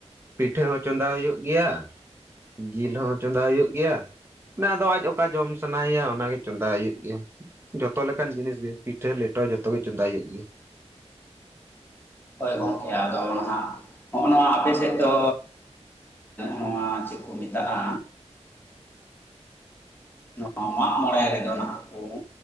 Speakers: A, on the right; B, on the left.
A: ᱯᱤᱴᱷᱟᱹ ᱦᱚᱸ ᱪᱚᱸᱫᱟ ᱦᱩᱭᱩᱜ ᱜᱮᱭᱟ, ᱡᱤᱞ ᱦᱚᱸ ᱪᱚᱸᱫᱟ ᱦᱩᱭᱩᱜ ᱜᱮᱭᱟ᱾ ᱟᱫᱚ ᱟᱡ ᱚᱠᱟ ᱡᱚᱢ ᱥᱟᱱᱟᱭᱮᱭᱟ ᱚᱱᱟᱜᱮ ᱪᱚᱸᱫᱟᱭ ᱦᱩᱭᱩᱜ ᱜᱮᱭᱟ᱾ ᱡᱚᱛᱚ ᱞᱮᱠᱟᱱ ᱡᱤᱱᱤᱥ ᱜᱮ ᱯᱤᱴᱷᱟᱹ ᱞᱮᱴᱚ ᱡᱚᱛᱚ ᱜᱮ ᱪᱚᱸᱫᱟᱭ ᱦᱩᱭᱩᱜ ᱜᱮᱭᱟ᱾
B: ᱦᱳᱭ ᱜᱚᱢᱠᱮᱼᱟ ᱟᱫᱚ ᱱᱟᱦᱟᱜ ᱦᱚᱼᱚ ᱱᱚᱣᱟ ᱟᱯᱮ ᱥᱮᱫ ᱫᱚ ᱱᱚᱣᱟ ᱪᱮᱫ ᱠᱚ ᱢᱮᱛᱟᱜᱼᱟ, ᱱᱚᱣᱟ ᱢᱟᱜ ᱢᱚᱬᱮ ᱨᱮᱫᱚ ᱱᱟᱟᱜ ᱠᱚ